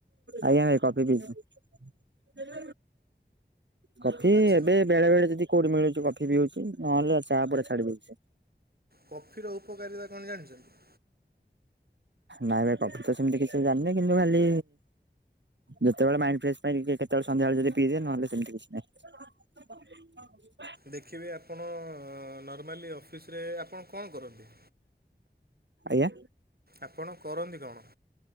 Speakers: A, on the right; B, on the right.
A: ଆଜ୍ଞା ଏ କଫି ପିଇଚି। କଫି
B: ଆଚ୍ଛା
A: ଏବେ ବେଳେ ବେଳେ ଯଦି କୋଉଠି ମିଳୁଛି କଫି ବି ପିଉଚି ନହେଲେ ଚା ପୁରା ଛାଡି ଦେଇଚି।
B: କଫି ର ଉପକାରିତା କଣ ଜାଣିଚନ୍ତି?
A: ନାଇଁ ଭାଇ କଫି ତ ସେମିତି କିଛି ଜାଣିନି କିନ୍ତୁ ଖାଲି ଯେତେବେଳେ ମାଇଣ୍ଡ ଫ୍ରେଶ ପାଇ କେତେବେଳେ ସନ୍ଧ୍ୟାବେଳେ ଯଦି ପିଇଦିଏ ନହେଲେ ସେମିତି କିଛି ନାହିଁ। ହ <unintelligible>
B: ଦେଖିବେ ଆପଣ ନର୍ମାଲି ଅଫିସରେ ଆପଣ କଣ କରନ୍ତି?
A: ଆଜ୍ଞା।
B: ଆପଣ କରନ୍ତି କଣ?